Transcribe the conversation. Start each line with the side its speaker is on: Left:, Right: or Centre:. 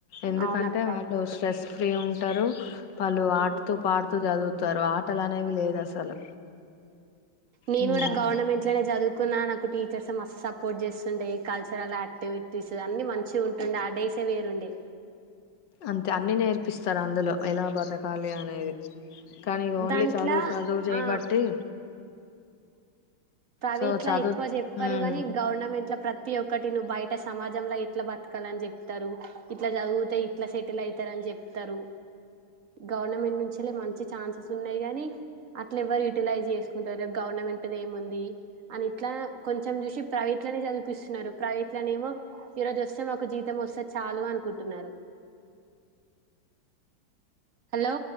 Left: ఎందుకంటే
Right: అవునక్క
Left: వాళ్ళు స్ట్రెస్ ప్రూమ్స్ అంటారు పళ్ళు ఆడుతూ
Right: ఉమ్
Left: పాడుతూ చదువుత తర్వాతలు అనేవి లేదు అసలు
Right: నేను
Left: హ్మ్
Right: కూడా గవర్నమెంట్ లోనే చదువుకున్నా నాకు టీచర్స్ మస్తు స సపోర్ట్ చేస్తుండే కల్చరల్ యాక్టివిటీస్ అన్ని మంచిగా ఉంటుండే ఆ డేసే వేరుండే
Left: అంతే అన్ని నేర్పిస్తారు అందులో ఎలా బతకాలి అనేది కానీ ఓన్లీ
Right: దాంట్లో
Left: చదువు చదువు చేయబట్టి
Right: ఆ ప్రైవేట్లా
Left: సో చదువు
Right: ఎక్కువ చెప్పారు
Left: హ్మ్
Right: కానీ గవర్నమెంట్ లో ప్రతి ఒక్కటి నువ్వు బయట అంటే సమాజంలో ఎట్లా బతకాలని చెప్తారు ఇట్లా చదివితే ఇట్లా సెటిల్ అయితారుని చెప్తారు గవర్నమెంట్ నుంచ మంచి ఛాన్సెస్ ఉన్నాయి గాని అట్లా ఎవ్వరు యూటిలైజ్ చేసుకుంటారు గవర్నమెంట్ ఏముంది అని ఇట్లా కొంచెం చూసి ప్రైవేట్ లోనే చదిపిస్తున్నారు ప్రైవేట్ లోనే ఏమో ఈరోజు వస్తే మాకు జీతం వస్తే చాలు అనుకుంటున్నారు హలో